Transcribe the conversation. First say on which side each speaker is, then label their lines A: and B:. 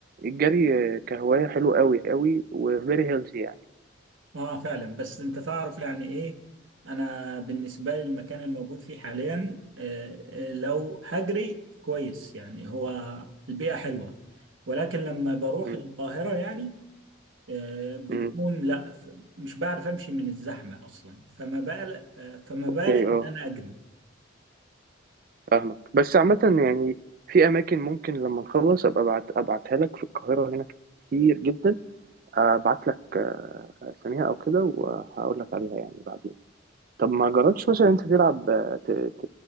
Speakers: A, on the right; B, on the right.
A: الجري كهواية حلو قوي قوي وفيري هيلثي يعني
B: اه فعلا بس انت تعرف يعني ايه انا بالنسبه لي المكان الموجود فيه حاليا آه آه لو هجري كويس يعني هو البيئه حلوه ولكن لما بروح
A: مم.
B: القاهره يعني آه بتكون
A: مم.
B: لا ف- مش بعرف امشي من الزحمه اصلا فما بالك آه فما بالك
A: اوكي اه
B: ان انا اجري
A: فاهمك بس عامة يعني في أماكن ممكن لما نخلص أبقى أبعت أبعتها لك في القاهرة هنا كتير جدا أبعت لك آه، أساميها أو كده وهقول لك عليها يعني بعدين طب ما جربتش مثلا أنت تلعب آه، ت... ت...